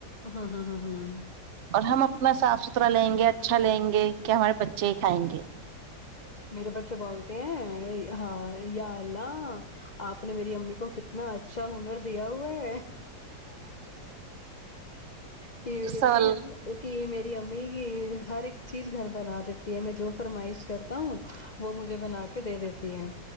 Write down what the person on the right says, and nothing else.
اور ہم اپنا صاف ستا ترا لیں گے اچھا لیں گے کہ ہمارے بچے ہی کھائیں گے
سوال